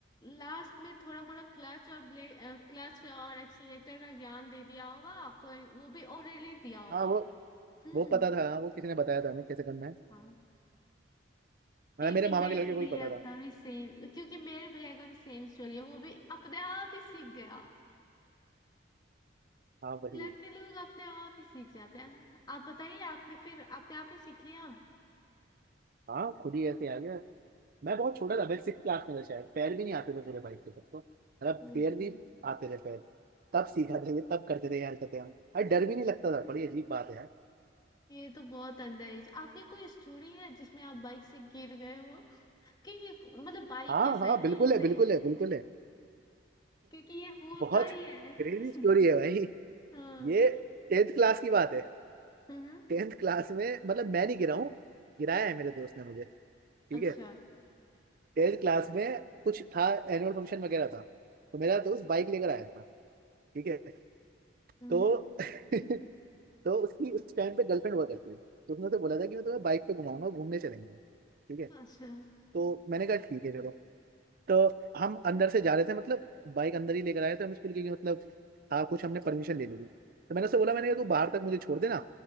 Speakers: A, on the left (about 20°); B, on the right (about 50°).
A: लास्ट में थोड़ा मोड़ा क्लच और ब्ले क्लच और एक्सीलेटर का ज्ञान दे दिया होगा आपको वो भी ओरली दिया होगा
B: हाँ वो
A: हम्म
B: वो पता था हाँ वो किसी ने बताया था हमें कैसे करना है
A: हाँ
B: मतलब
A: क्योंकि
B: मेरे मामा
A: मेरे
B: के लड़के को
A: भैया
B: ही पता
A: का
B: था
A: भी सेम क्योंकि मेरे भैया का भी सेम स्टोरी है वो भी अपने आप ही सीख गया
B: हाँ वही
A: लड़के लोग अपने आप ही सीख जाते हैं आप बताइए आपने फिर अपने आप ही सीख लिया
B: हाँ खुद ही ऐसे आ गया मैं बहुत छोटा था मैं सिक्स क्लास में था शायद पैर भी नहीं आते थे पूरे बाइक के तब तो मतलब
A: ओ
B: बेर
A: भाई
B: भी आते थे पैर तब सीखा था ये तब करते थे यार करते हम अरे डर भी नहीं लगता था बड़ी अजीब बात है यार
A: ये तो बहुत अंदर है आपकी कोई स्टोरी है जिसमें आप बाइक से गिर गए हो क्योंकि मतलब बाइक
B: हाँ
A: या
B: हाँ
A: साइकिल
B: बिल्कुल है
A: से
B: बिल्कुल है बिल्कुल है
A: क्योंकि ये होता
B: बहुत
A: ही
B: क्रेजी
A: है
B: स्टोरी
A: <laughs>
B: है भाई
A: हाँ
B: ये टेंथ क्लास की बात है
A: हम्म
B: टेंथ क्लास में मतलब मैं नहीं गिरा हूँ गिराया है मेरे दोस्त ने मुझे ठीक
A: अच्छा
B: है टेंथ क्लास में कुछ था एनुअल फंक्शन वगैरह था तो मेरा दोस्त बाइक लेकर आया था ठीक है
A: हम्म
B: तो <laughs> तो उसकी उस टाइम पे गर्लफ्रेंड हुआ करती थी तो उसने उसे बोला था कि मैं तुम्हें बाइक पे घुमाऊंगा घूमने चलेंगे ठीक है
A: अच्छा
B: तो मैंने कहा ठीक है चलो तो हम अंदर से जा रहे थे मतलब बाइक अंदर ही लेकर आए थे हम स्कूल के कि मतलब हाँ कुछ हमने परमिशन ले ली थी तो मैंने उससे बोला मैंने कहा तू बाहर तक मुझे छोड़ देना